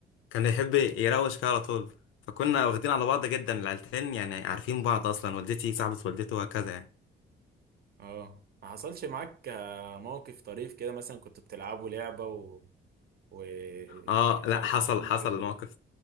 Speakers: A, on the left (about 80°); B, on the right (about 50°).
A: كان يحب يروش كده على طول فكنا واخدين على بعض جدا العيلتين يعني عارفين بعض اصلا والدتي صاحبة والدته وهكذا يعني
B: اه ما حصلش معاك آه، موقف طريف كده مثلا كنت بتلعبوا لعبة و و يعني
A: اه لا
B: حصل
A: حصل
B: في موقف
A: حصل
B: ده؟
A: الموقف